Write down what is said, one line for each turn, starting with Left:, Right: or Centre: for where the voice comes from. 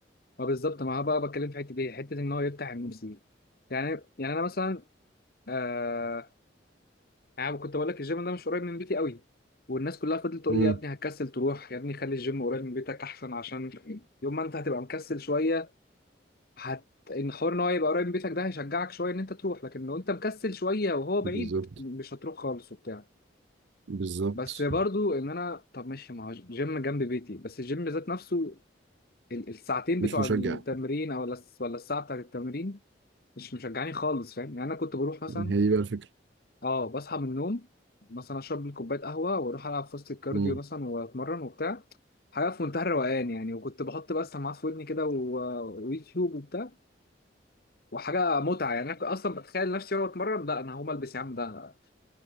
Left: ما بالظبط ما هو بقى بتكلم في حته دي حته ان هو يفتح النفس دي يعني يعني انا مثلا آه انا كنت بقول لك الجيم ده مش قريب من بيتي قوي والناس كلها فضلت تقول
Right: امم
Left: لي يا ابني هتكسل تروح يا ابني خلي الجيم قريب من بيتك احسن عشان يوم ما انت هتبقى مكسل شويه هت ان حوار ان هو يبقى قريب من بيتك ده هيشجعك شويه ان انت تروح لكن لو انت مكسل شويه وهو بعيد
Right: بالظبط
Left: مش هتروح خالص وبتاع
Right: بالظبط
Left: بس برضو ان انا طب ماشي ما هو جيم جنب بيتي بس الجيم ذات نفسه ال- الساعتين بتوع
Right: مش مشجع
Left: التمرين او الس- ولا الساعه بتاعت التمرين مش مشجعاني خالص فاهم يعني انا كنت بروح مثلا
Right: هي دي بقى الفكرة
Left: اه بصحى من النوم مثلا اشرب لي كوبايه قهوه واروح العب في وسط الكارديو
Right: امم
Left: مثلا واتمرن وبتاع حاجه في منتهى الروقان يعني وكنت بحط بقى السماعات في ودني كده و- ويوتيوب وبتاع وحاجه متعه يعني انا كنت اصلا بتخيل نفسي وانا بتمرن لا انا هقوم البس يا عم ده